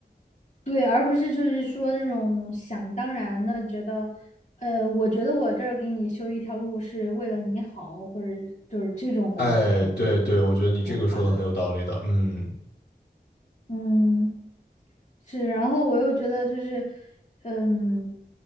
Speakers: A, on the left; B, on the left.
A: 对，而不是就是说那种想当然的觉得，呃，我觉得我这儿给你修一条路是为了你好，或者就是这种的那种
B: 哎，对对，我觉得你这个说的很有道理的。
A: 想法。
B: 嗯
A: 嗯，是，然后我又觉得就是，嗯，